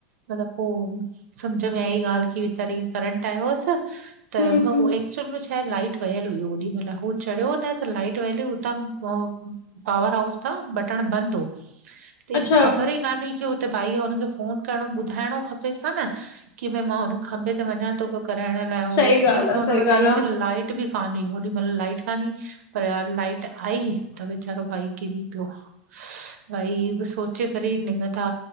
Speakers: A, on the right; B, on the left.
A: मलब पो सम्झ में आई ॻाल्हि की वीचारे के करेंट आयो हुअसि। त
B: हम्म
A: मां उए एक्चुअल में लाइट वयल हुई ओॾी माल हू चढ़ियो न त लाइट वयल हुतां अ पावर हाउस तां। बटण बंद हो त ही
B: अच्छा
A: ख़बर ई कान हुई कि हुते भाई हुनखे फोन करण ॿुधाइणो खपेस न की भई मां हुन खभें ते वञा त ॿियो कराइण लाइ
B: सही
A: उचुन
B: ॻाल्हि
A: में
B: आ
A: हुन
B: सही
A: टाइम
B: ॻाल्हि आ।
A: ते लाइट बि कान हुई होॾी माल लाइट कान हुई पर यार लाइट आई त वेचारो भाई किरी पियो। भाई ही ब सोचे करे लिङ था